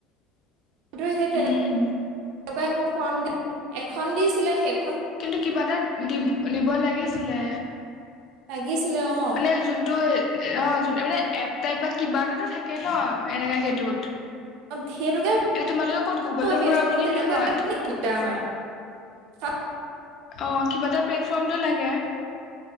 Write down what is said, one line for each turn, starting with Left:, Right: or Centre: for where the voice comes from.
Right: টো হেই
Left: উম
Right: তেনেক তেনেকুৱা একো ফৰ্ম দি, এখন দিছিলে হেই
Left: কিন্তু কিবা এটা দিব-দিব লাগিছিলে।
Right: লাগিছিলে অ
Left: মানে যোনটো অ যোনে মানে এপ টাইপ বা কিবা এটাতো থাকে ন এনেকে সেইটোত
Right: অ সেইটোকে
Left: এতিয়া তোমালোকে ক'ত গুগলত
Right: ভাবি
Left: কৰাব
Right: আছো কিন্তু
Left: নে
Right: তেনেকুৱা
Left: কিহত
Right: <unintelligible> আমাৰ অ।
Left: অ কিবা এটা প্লেটফৰ্মটো লাগে।